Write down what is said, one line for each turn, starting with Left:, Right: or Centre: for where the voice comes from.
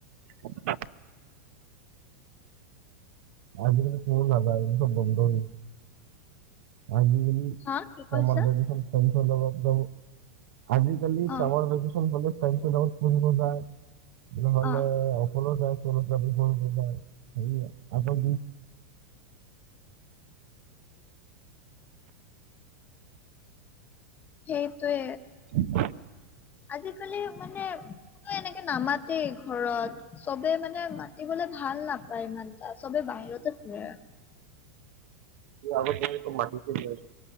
Right: উ <unintelligible> আজি মালি কত লালা আজি চব বন্ধ হয়, আজিকালি
Left: হা কি
Right: চামাৰ
Left: কৈছা
Right: ভেকেচন টাইম চত আজিকালি
Left: অ
Right: চামাৰ ভেকেচন তাইমচ লগত ফুৰিব যায় নহ'লে
Left: অ
Right: চল যায় চল যাব যায় আগৰ
Left: সেইটোৱে।
Right: <inaudible>
Left: আজিকালি মানে ক এনেকে নামাত দেই ঘৰত চবে মানে মাতিবলে ভাল নাপা বাইমান সবেই বাহিৰতে ফুৰে।
Right: আগত যে মাটিতে যে